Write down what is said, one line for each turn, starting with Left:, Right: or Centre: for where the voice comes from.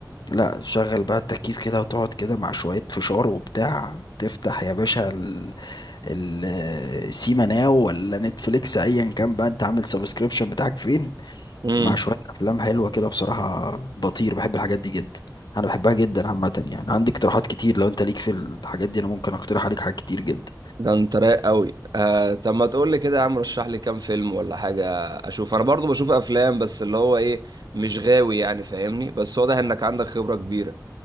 Left: لا شغل بقى التكييف كده وتقعد كده مع شوية فشار وبتاع تفتح يا باشا ال- ال- السيما ناو ولا نتفليكس ايا كان بقى انت عامل سبسكريبشن بتاعك فين
Right: امم
Left: مع شوية افلام حلوة كده بصراحة بطير بحب الحاجات دي جدا انا بحبها جدا عامة يعني عندي اقتراحات كتير لو انت ليك في الحاجات دي انا ممكن اقترح عليك حاجات كتير جدا
Right: ده انت رايق قوي آه طب ما تقول لي كده يا عم رشح لي كام فيلم ولا حاجه اشوف انا برضو بشوف افلام بس اللي هو ايه مش غاوي يعني فاهمني بس واضح انك عندك خبره كبيره